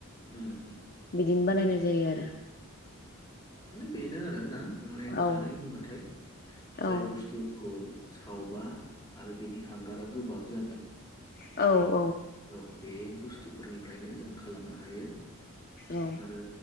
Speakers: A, on the left (about 20°); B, on the left (about 45°).
A: उम उम।
B: बिदिनो बानायनाय जायो आरो
A: माने बेनो आरो ना नामाने खारै
B: औ
A: होनबाथाय जाय
B: औ
A: बुसथुखौ सावबा आरो बेनि हांगारा गोबाब जागोन।
B: औ
A: औ बे बुसथुफोरनि फ्रायनोजों खालामनो हायो।
B: औ
A: आरो